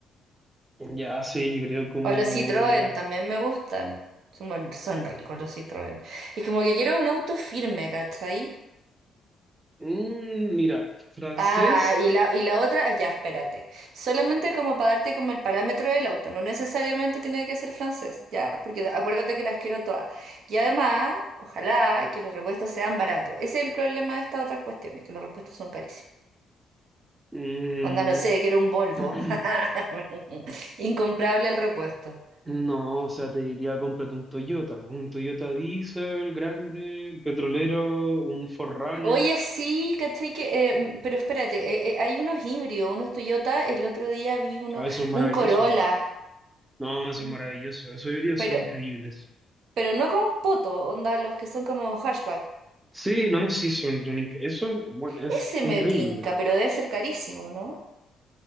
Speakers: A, on the right (about 15°); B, on the right (about 70°).
A: Ya, sí, yo creo como...
B: O los Citroën también me gustan. Son, buen- son ricos los Citroën. Es como que quiero un auto firme, ¿cachai?
A: Mm, mira, francés.
B: Ah, y la, y la otra, ya, espérate. Solamente como para darte como el parámetro del auto, no necesariamente tiene que ser francés, ya, porque acuérdate que las quiero todas. Y además, ojalá que los repuestos sean baratos. Ese es el problema de estas otras cuestiones, que los repuestos son carísimos.
A: mm,
B: Onda, no sé, quiero un Volvo.
A: <clears throat>
B: <laughs> Incomprable el repuesto.
A: No, o sea, te diría cómprate un Toyota, pues, un Toyota Diesel grande, petrolero, un 4
B: Oye, sí, ¿cachai? Que, eh, mm, pero espérate, eh, eh, hay unos híbridos, unos Toyota, el otro día vi uno,
A: Ah, eso es maravilloso.
B: un Corolla.
A: No, eso
B: un-
A: es maravilloso. Esos híbridos
B: Pero
A: son increíbles.
B: Pero no con poto, onda, los que son como hashback.
A: Sí, no, sí, son, son inc- eso, bueno, es
B: Ese
A: increíble.
B: me tinca, pero debe ser carísimo, ¿no?